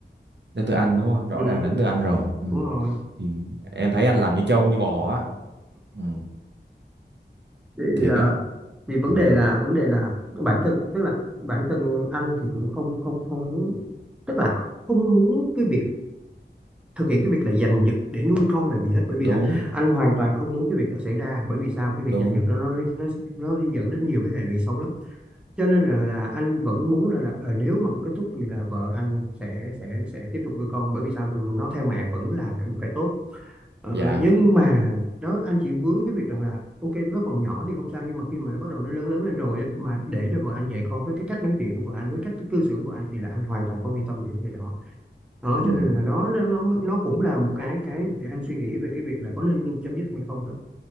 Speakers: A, on the right; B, in the centre.
A: đến từ anh đúng không rõ
B: ừ,
A: ràng là đến từ anh rồi
B: đúng
A: ừ.
B: rồi
A: thì em thấy anh làm như trâu như bò á ừ.
B: thì
A: thiệt
B: ờ,
A: á
B: thì vấn
A: ừ.
B: đề là vấn đề là bản thân tức là bản thân anh thì cũng không không không muốn tức là không muốn cái việc thực hiện cái việc là giành giật để nuôi con làm gì hết bởi vì
A: đúng
B: là anh hoàn toàn không muốn cái việc đó xảy ra bởi vì sao cái việc
A: đúng
B: giành giật đó nó nó nó, nó dẫn đến nhiều cái hệ lụy xấu lắm cho nên là, là anh vẫn muốn là, là ờ, nếu mà có kết thúc thì là vợ anh sẽ sẽ sẽ tiếp tục nuôi con bởi vì sao nó theo mẹ vẫn là một cái tốt Ờ,
A: dạ
B: nhưng mà đó anh chỉ vướng cái việc rằng là ok nó còn nhỏ thì không sao nhưng mà khi mà nó bắt đầu nó lớn lớn lên rồi á, mà để cho vợ anh dạy con với cái cách nói chuyện của vợ anh với cách cư xử của vợ anh thì là anh hoàn toàn không yên tâm về cái đó đó
A: ừ.
B: cho nên là nó nó nó nó cũng là một cái cái để anh suy nghĩ về cái việc là có nên chấm dứt hay không đó